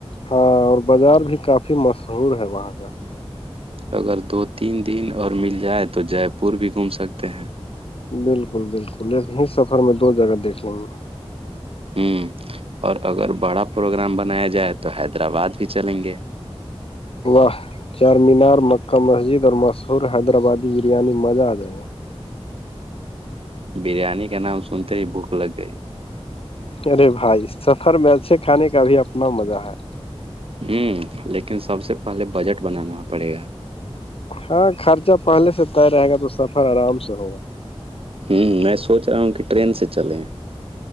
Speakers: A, on the left; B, on the right.
A: ہاں اور بازار بھی کافی مشہور ہے وہاں کا
B: اگر دو تین دن اور مل جائے تو جے پور بھی گھوم سکتے ہیں
A: بالکل بالکل ایک ہی سفر میں دو جگہ دیکھ لوں گا
B: ہ اور اگر بڑا پروگرام بنایا جائے تو حیدرآباد بھی چلیں گے
A: واہ چار مینار مکہ مسجد اور مشہور حیدرآبادی بریانی مزہ آ جائے گا
B: بریانی کا نام سنتے ہی بھوک لگ گئی
A: ارے بھائی سفر میں اچھے کھانے کا بھی اپنا مزہ ہے
B: ہوں لیکن سب سے پہلے بجٹ بنانا پڑے گا
A: ہاں خرچہ پہلے سے طے رہے گا تو سفر آرام سے ہوگا
B: ہوں میں سوچ رہا ہوں کہ ٹرین سے چلیں